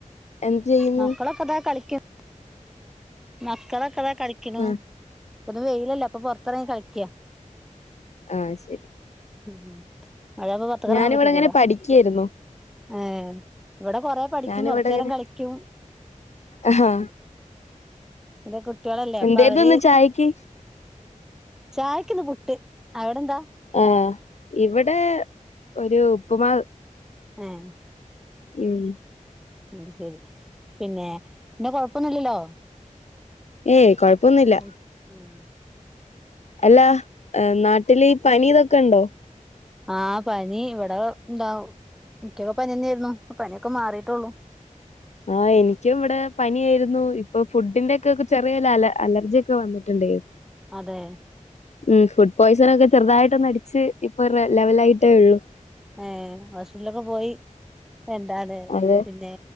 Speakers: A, on the left; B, in the centre.
A: എന്ത് ചെയ്യുന്നു
B: മക്കളാക്ക ഇതാ കളിക്കുന്ന് മക്കളൊക്കെതാ കളിക്കണു
A: ആഹ്
B: ഇപ്പൊ വെയിലല്ലേ അപ്പൊ പൊറത്തിറങ്ങി കളിക്കാ
A: ആഹ ശരി
B: ഉം ഹ മഴപോവാതെ പുറത്ത്കറങ്ങാൻ
A: ഞാനിവിടെ
B: പറ്റൂല്ലല്ലോ
A: ഇങ്ങനെ പഠിക്കായിരുന്നു
B: ഏഹ് ഇവിടെ കൊറേ പഠിക്കും
A: ഞാനിവിടെ
B: കൊറച്ചേരം
A: ഇങ്ങനെ
B: കളിക്കും
A: ആഹാ
B: ഈഹ് കുട്ട്യളല്ലേ അപ്പൊ
A: എന്തായിരുന്നു
B: അവര്
A: ഇന്ന് ചായക്ക്
B: ചായക്ക്ന്ന് പുട്ട് അവിടെ എന്താ
A: ആ ഇവിടെ ഒരു ഉപ്പുമാവ്
B: ഏഹ്
A: ഉം
B: അയിശേരി പിന്നെ പിന്നെ കൊഴപ്പൊന്നുംല്ലല്ലോ
A: ഏയ് കൊഴപ്പൊന്നുല്ല
B: ഉം ഉം
A: അല്ല നാട്ടില് ഈ പനി ഇതൊക്കെ ഉണ്ടോ
B: ആഹ പനി ഇവിടെ ണ്ടാവും ഇയ്ക്കു ക്കൊക്കെ പനിന്നെയായിരുന്നു പനിക്കെ മാറിയിട്ടുള്ളൂ
A: ആഹ് എനിക്കും ഇവിടെ പനിയായിരുന്നു ഇപ്പൊ ഫുഡിന്റെക്കെ ഒക്കെ ചെറിയൊരു അലർജി അലർജിക്കെ വന്നിട്ടുണ്ടെ അ
B: അതെ
A: ഉം ഫുഡ് പോയ്സൺ ഒക്കെ ചെറുതായിട്ടടിച്ചു ഇപ്പൊ ലെവൽലായിട്ടേ ഉള്ളു
B: ഏ ഹോസ്പിറ്റലൊക്കെ പോയി എന്താദ്
A: അത്
B: പിന്നെ